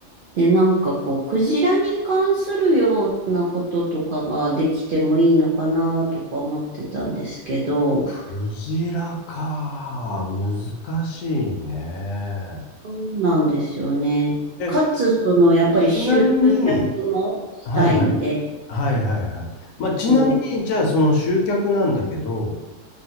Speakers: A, on the right; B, on the left.
A: で、なんかこう、クジラに関するようなこととかができてもいいのかなとか思ってたんですけど、
B: クジラか。難しいね。
A: そうなんですよね。
B: え、
A: かつ、その、やっぱり集
B: ちなみに、
A: 客もしたいんで、
B: はいはい。はいはいはい。まあ、ちなみに、
A: そ
B: じゃあその集客なんだけど、